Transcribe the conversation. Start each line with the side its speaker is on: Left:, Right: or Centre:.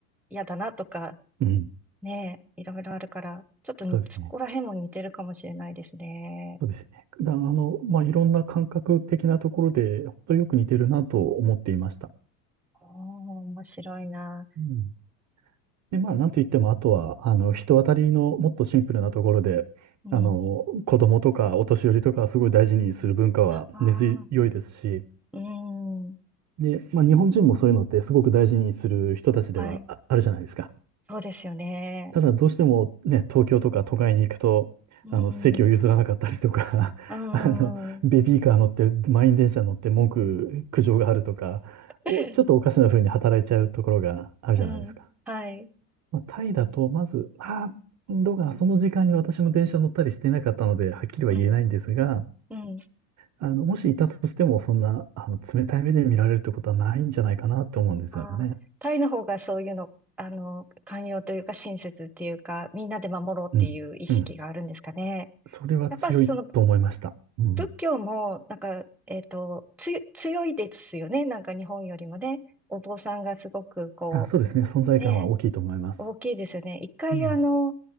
Centre: 嫌だなとか、
Right: うん、
Centre: ねえ、いろいろあるから、ちょっとに、
Right: そうですね。
Centre: そこら辺も似てるかもしれないですね。
Right: そうですね。だ、あの、まあ、いろんな感覚的なところで、本当よく似てるなと思っていました。
Centre: おー、面白いな。
Right: うん。で、まあ、なんといっても、あとは、あの、人当たりのもっとシンプルなところで、
Centre: うん。
Right: あの、子供とかお年寄りとかすごい大事にする文化は根強いですし、
Centre: ああ、うん。
Right: で、まあ、日本人もそういうのってすごく大事にする人たちではああるじゃないですか。
Centre: はい。そうですよね。
Right: ただどうしてもね、東京とか都会に行くと、
Centre: うー
Right: あの席を譲らなかったりとか、
Centre: ん。うん。
Right: <laughs> あのベビーカー乗って、満員電車乗って文句、苦情があるとか、
Centre: <laughs>
Right: おちょっとおかしな風に働いちゃうところがあるじゃないですか。
Centre: うん。はい。
Right: まあ、タイだと、まず、ああ、どうかその時間に私も電車乗ったりしてなかったので、はっきりは言えないんですが、
Centre: うん。うん。
Right: あのもしいたとしても、そんなあの冷たい目で見られるってことはないんじゃないかなって思うんですよね。
Centre: ああ、タイの方がそういうの、あの、寛容というか親切っていうか、みんなで守ろうっていう意識があるんですかね。
Right: うん。うん。それは強いと思いました。
Centre: やっぱその
Right: うん。
Centre: 仏教も、なんか、えっと、つ、強いですよね。なんか日本よりもね。お坊さんがすごくこ
Right: あ、そうですね。存在感は大きいと思います。
Centre: う、ね、大きいですよね。一回あの、
Right: うん。